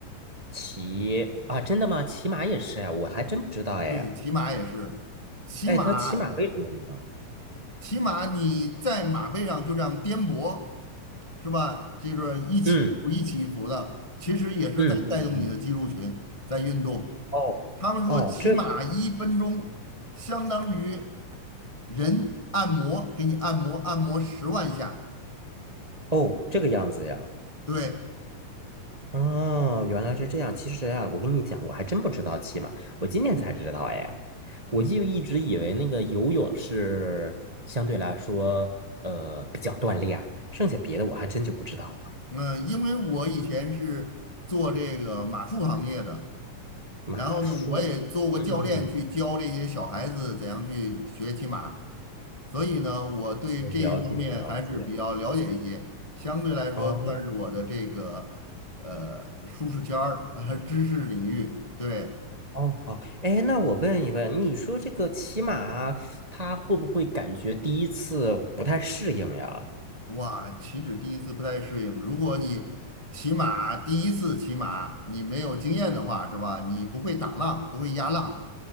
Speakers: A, on the right (about 50°); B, on the left (about 60°).
A: 骑啊，真的吗？骑马也是哎，我还真不知道哎，
B: 对，骑马也是，骑马，
A: 哎，他骑马为什么呢？
B: 骑马你在马背上就这样颠簸，是吧？就是一起一伏一起一伏的，
A: 嗯
B: 其实也是在带动你的肌肉群在运动。
A: 嗯嗯嗯，哦哦，
B: 他们说骑马一分钟相当于
A: 这样
B: 人按摩，给你按摩，按摩十万下。
A: 哦这个样子呀。
B: 对，
A: 哦，原来是这样。其实啊，我跟你讲，我还真不知道骑马，我今天才知道哎。我就一直以为那个游泳是相对来说，呃，比较锻炼，剩下别的我还真就不知道了。
B: 嗯，因为我以前是做这个马术行业的，
A: 马术，
B: 然后呢，我也做过教练，
A: 嗯，
B: 去教这些小孩子怎样去学骑马，所以呢，我对这一方面还是比较了解一些，
A: 我了解了解。
B: 相对来说算是我的这个呃舒适圈儿，
A: 哦
B: 呃，知识领域。对，
A: 哦哦，哎，那我问一问，你说这个骑马，它会不会感觉第一次不太适应呀？
B: 哇，岂止第一次不太适应，如果你骑马第一次骑马，你没有经验的话，是吧？你不会打浪，不会压浪，